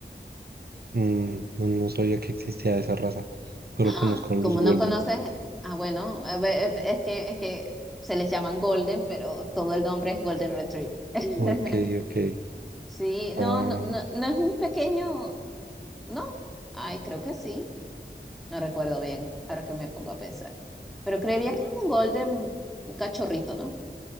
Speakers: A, on the right (about 65°); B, in the centre.
A: Mm, no, no sabía que existía esa raza,
B: <gasps>
A: pero
B: ¡Ah!
A: conozco a los
B: Como
A: Golden.
B: no conoces, ah, bueno, a ver, es que, es que se les llaman Golden, pero todo el nombre es Golden Retriever. <laughs>
A: Ok, ok.
B: Sí,
A: Ah,
B: no, no, no, no es un pequeño, no, ay, creo que sí, no recuerdo bien, ahora que me pongo a pensar, pero creería que es un golden, un cachorrito, ¿no?